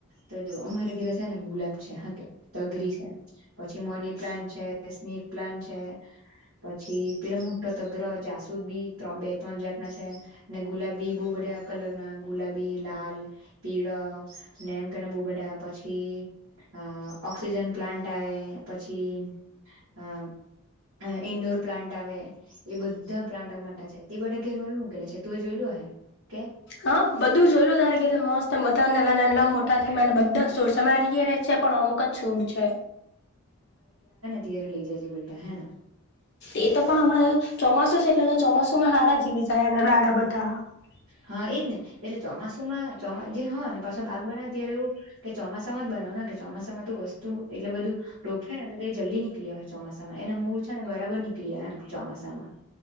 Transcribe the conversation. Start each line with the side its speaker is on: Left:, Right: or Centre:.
Right: તો જો અમારે ઘીરે છે ને ગુલાબ છે, હા કે તગરી છે પછી મની પ્લાન્ટ છે, સ્નેક પ્લાન્ટ છે. પછી પેલો મોટો તગ્ર જાસુદ બી ત્ર બે ત્રણ જાત ના છે, ને ગુલાબી બહુ બ બધા કલર ના ગુલાબી, લાલ, પીળો ને એમ કેને બહું બધા પછી અહ ઓક્સિજન પ્લાન્ટ આવે, પછી અહ અહ ઈન્ડોર પ્લાન્ટ આવે, એ બધા પ્લાન્ટના માટે છે. તે બધા ઘેર વા મૂકેલા છે તું એ જોયેલું હે. કે
Left: હા બધું જોઈ લો તારે કેટલે મસ્ત બધા નાનલા મોટા <unintelligible> પણ અમુક જ છોડ છે.
Right: ઘેરે લઈ જાજે બધાં હે ને.
Left: એ તો પણ હમણાં ચોમાસુ સે એટલે તો ચોમાસુમાં હારા જીવી જાય એમ એના દાડા બધ ધા.
Right: હા એજ ને એટલે ચોમાસુમાં ચો જે હો ને પાછો બાગ બનાવે ત્યારે એવું કે ચોમાસામાં જ બનાવનો કે ચોમાસામાં તું વસ્તુ એટલે બધું રોકે ને તો તે જલ્દી નીકળી આવે ચોમાસામાં. એના મૂળ છે ને બરાબર નીકળી આવે એમ ચોમાસામાં.